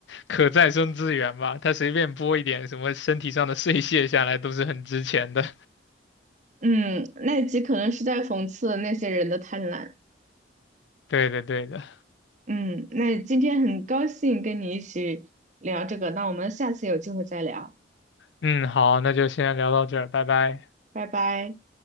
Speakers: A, on the left; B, on the right.
A: 可再生资源吧，它随便拨一点什么身体上的碎屑下来都是很值钱的。
B: 嗯，那一集可能是在讽刺那些人的贪婪。
A: <laughs> 对的，对的。
B: 嗯，那今天很高兴跟你一起聊这个，那我们下次有机会再聊，
A: 嗯，好，那就先聊到这儿，拜拜。
B: 拜拜。